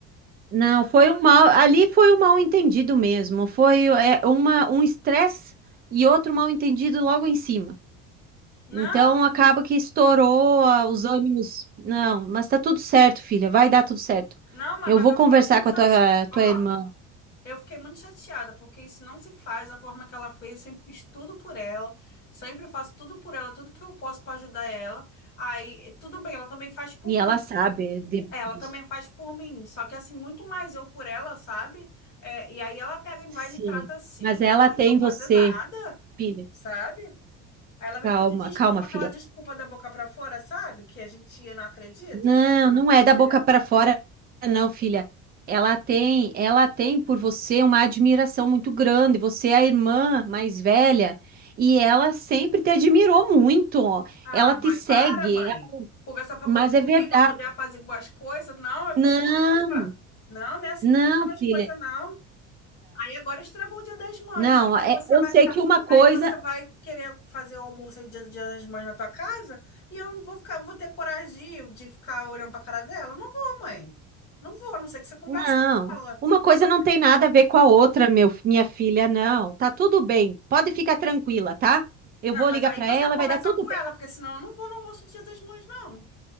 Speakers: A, on the right; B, on the left.
A: Não, foi um mal, ali foi um mal entendido mesmo. Foi é, uma, um estresse e outro mal entendido logo em cima.
B: Não,
A: Então acaba que estourou ah, os ânimos. Não, mas tá tudo certo, filha. Vai dar tudo certo.
B: não, mas
A: Eu
B: mas
A: vou
B: eu
A: conversar
B: fiquei muito
A: com
B: chateada.
A: a tua, tua
B: Ó,
A: irmã
B: eu fiquei muito chateada, porque isso não se faz da forma que ela fez. Eu sempre fiz tudo por ela, sempre faço tudo por ela, tudo que eu posso para ajudar ela. Aí, tudo bem, ela também faz por
A: e
B: mim.
A: ela sabe de-
B: Ela
A: disso.
B: também faz por mim, só que assim, muito mais eu por ela, sabe? É, e aí ela pega e
A: Sim,
B: vai e me trata assim,
A: mas ela
B: sem
A: tem
B: eu fazer
A: você,
B: nada,
A: filha.
B: sabe? Aí ela vem
A: Calma,
B: pedir desculpa,
A: calma, filha.
B: aquela desculpa da boca pra fora, sabe? Que a gente não acredita,
A: Não,
B: que é tudo
A: não
B: mentira.
A: é da boca para fora, não, filha. Ela tem, ela tem por você uma admiração muito grande. Você é a irmã mais velha e ela sempre te admirou muito.
B: Ah,
A: Ela te
B: mãe,
A: segue,
B: para, mãe.
A: ela-
B: Conversar para
A: mas
B: poder dormir,
A: é verdade.
B: para poder apaziguar as coisas. Não, eu
A: Não,
B: tô com raiva. Não, não é assim
A: não,
B: que funcionam as
A: filha.
B: coisas, não. Aí agora estragou o Dia das Mães.
A: Não,
B: Aí
A: é-
B: você
A: eu
B: vai
A: sei
B: ficar,
A: que uma coisa,
B: aí você vai querer fazer o almoço aí Dia, Dia das Mães na tua casa e eu não vou ficar, vou ter coragem de, de ficar olhando para cara dela. Não vou, mãe. Não vou, a não ser que você converse
A: não.
B: com ela.
A: Uma coisa não tem nada a ver com a outra, meu, minha filha, não. Tá tudo bem. Pode ficar tranquila, tá? Eu
B: Não,
A: vou
B: mas
A: ligar
B: aí
A: para
B: você
A: ela,
B: conversa
A: vai dar tudo
B: com
A: bem.
B: ela, porque senão eu não vou no almoço do Dia das Mães, não.